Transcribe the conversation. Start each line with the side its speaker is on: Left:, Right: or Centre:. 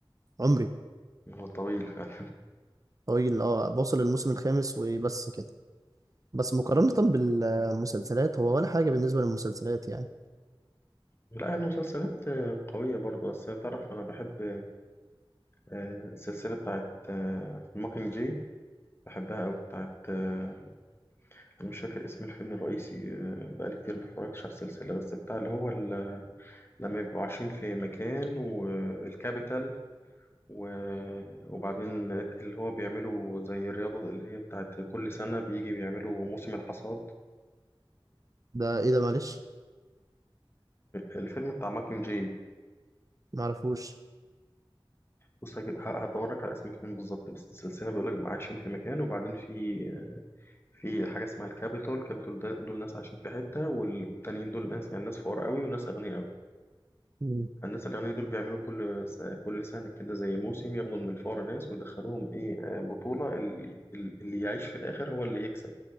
Right: عمري
Left: هو طويل فعلا
Right: طويل اه وصل الموسم الخامس وبس كده بس مقارنة بالمسلسلات هو ولا حاجة بالنسبة للمسلسلات يعني
Left: لا المسلسلات قوية برضو بس تعرف أنا بحب آه، السلسلة بتاعت ماكينج جاي بحبها أوي بتاعت آه، أنا مش فاكر اسم الفيلم الرئيسي آه، بقالي كتير ما اتفرجتش على السلسلة بس بتاع اللي هو ال- لما بيبقوا عايشين في مكان والكابيتال و- وبعدين اللي هو بيعملوا زي الرياضة اللي هي بتاعت كل سنة بيجي بيعملوا موسم الحصاد
Right: ده ايه ده معلش
Left: والفيلم بتاع ماكينج جاي
Right: معرفوش
Left: بص هجيب- ه- هدورك على اسم فين بالظبط بس السلسلة بيقول لك عايشين في مكان وبعدين في في حاجة اسمها الكابيتول الكابيتول ده دول ناس عايشين في حتة وال- والتانيين دول ناس يعني ناس فقراء قوي وناس أغنياء قوي
Right: مم.
Left: الناس الأغنياء دول بيعملوا كل س- كل سنة كده زي موسم ياخدوا من الفقراء ناس ويدخلوهم إيه آه، بطولة اللي, اللي يعيش في الآخر هو اللي يكسب